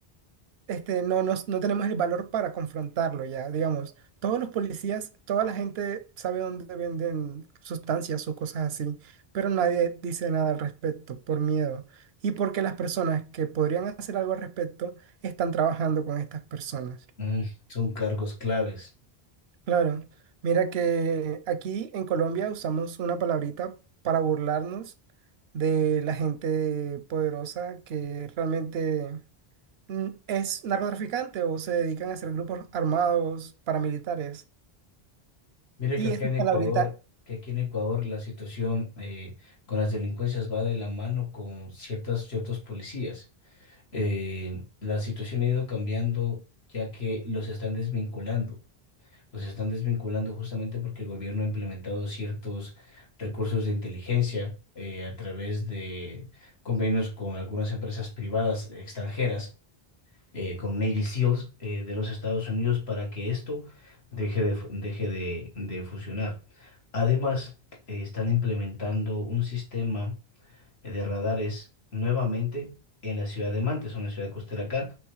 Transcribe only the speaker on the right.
este, no, nos- no tenemos el valor para confrontarlo ya, digamos. Todos los policías, toda la gente sabe dónde venden sustancias o cosas así, pero nadie dice nada al respecto por miedo y porque las personas que podrían hacer algo al respecto están trabajando con estas personas.
Claro, mira que aquí en Colombia usamos una palabrita para burlarnos de la gente poderosa que realmente mm, es narcotraficante o se dedican a hacer grupos armados paramilitares.
Y
esa
palabrita,